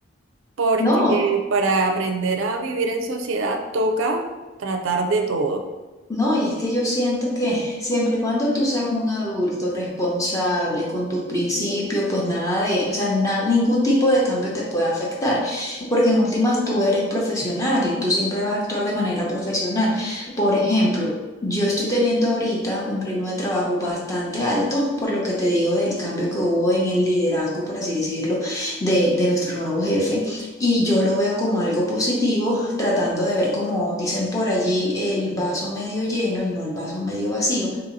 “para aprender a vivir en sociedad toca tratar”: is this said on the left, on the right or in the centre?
Right